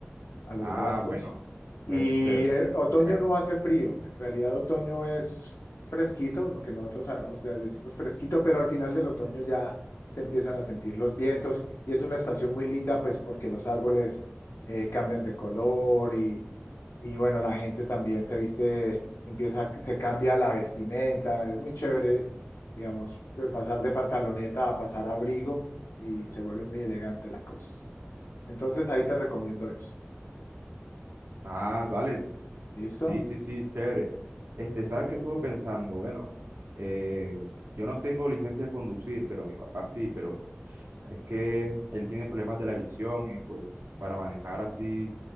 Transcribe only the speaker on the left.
a los
gastos.
Y
eh, otoño
no hace frío, en realidad otoño es fresquito, lo que nosotros sabemos, ya decimos fresquito, pero al final del otoño ya se empiezan a sentir los vientos y es una estación muy linda pues porque los árboles eh, cambian de color y, y bueno, la gente también se viste, empieza, se cambia la vestimenta, es muy chévere, digamos, de pasar de pantaloneta a pasar a abrigo y se vuelve muy elegante la cosa. Entonces ahí te recomiendo eso.
¿Listo?